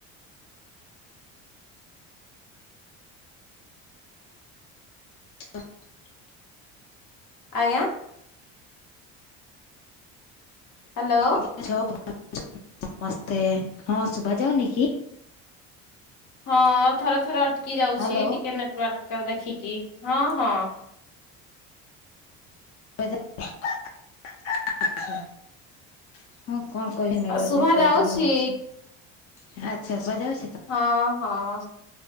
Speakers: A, on the left (about 45°); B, on the left (about 70°).
A: <inaudible> <inaudible>
B: ଆଜ୍ଞା। ହ୍ୟାଲୋ।
A: <unintelligible> ହଁ ଶୁଭା ଯାଉନି କି?
B: ହଁ ଥରେ ଥରେ ଅଟକି ଯାଉଛି
A: ହ୍ୟାଲୋ
B: ଟିକେ ନେଟୱାର୍କ ତ ଦେଖିକି ହଁ ହଁ।
A: <unintelligible> କଣ କହିବି ନେଟୱର୍କ ପ୍ରୋବ୍ଲେମ
B: ଶୁଭା
A: ହଉଛି
B: ଯାଉଛି
A: ଆଚ୍ଛା ଶୁଭାଯାଉ
B: ହଁ ହଁ